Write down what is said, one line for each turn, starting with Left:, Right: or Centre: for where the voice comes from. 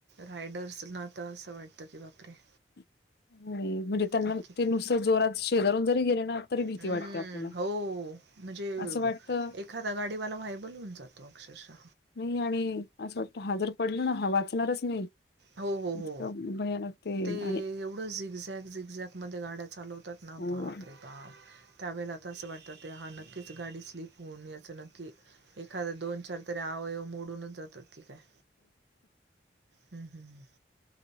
Right: रायडर्सना तर <unintelligible> बापरे!
Left: होय. म्हणजे त्यांना
Right: ठीक आहे.
Left: ते नुसत जोरात शेजारून जरी गेले ना, तरी भीती
Right: हं,
Left: वाटते आपल्याला.
Right: हो. म्हणजे
Left: असं वाटतं
Right: एखादा गाडीवाला व्हायबल ल होवून जातो. अक्षरशः.
Left: नाही, आणि असं वाटत, हा जर पडल ना, हा वाचणारच नाही.
Right: हो हो
Left: इतकं
Right: हो.
Left: भयानक
Right: ते
Left: आणि
Right: एवढं झिकझ्याक, झिकझ्याक मध्ये गाड्या चालवत ना,
Left: हो
Right: बाप रे बाप, ! त्यावेळे आता असं वाटत ते हा नक्कीच गाडी स्लीप होऊन, याचं नक्की, एखाद दोन चार तरी, अवयव मोडूनच जातात. <unintelligible> हम् हम् हम.